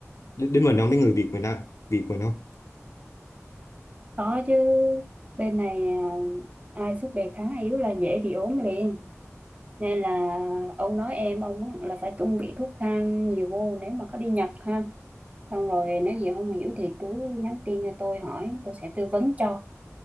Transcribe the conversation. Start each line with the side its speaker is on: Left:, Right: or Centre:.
Left: đến, đến mình không đến người Việt mình không Việt mình không
Right: Có chứ. Bên này à, ai sức đề kháng yếu là dễ bị ốm liền. Nên là ông nói em, ông là phải chuẩn bị thuốc thang nhiều vô nếu mà có đi Nhật ha. Xong rồi nếu gì không hiểu thì cứ nhắn tin cho tôi hỏi, tôi sẽ tư vấn cho.